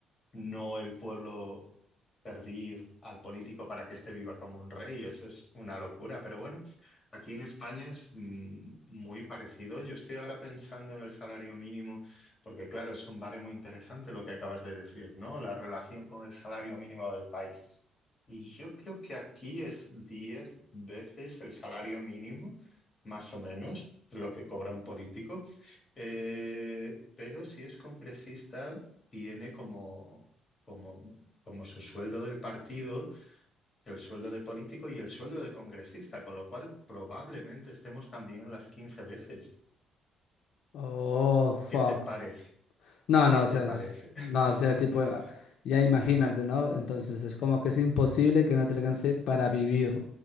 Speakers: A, on the left (about 25°); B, on the left (about 65°).
A: no el pueblo servir al político para que éste viva como un rey. Eso es una locura. Pero bueno, aquí en España es mm, muy parecido. Yo estoy ahora pensando en el salario mínimo, porque claro, es un baremo interesante lo que acabas de decir, ¿no? La relación con el salario mínimo del país. Y yo creo que aquí es 10 veces el salario mínimo más o menos, lo que cobra un político. Eh, pero si es congresista, tiene como, como, como su sueldo del partido, el sueldo de político y el sueldo de congresista, con lo cual probablemente estemos también en las 15 veces.
B: Oh, fuck.
A: ¿Qué te parece?
B: No, no,
A: ¿Qué
B: o
A: te
B: sea,
A: parece?
B: es- no,
A: <laughs>
B: o sea, tipo, ya imagínate, ¿no? Entonces es como que es imposible que no te alcance para vivir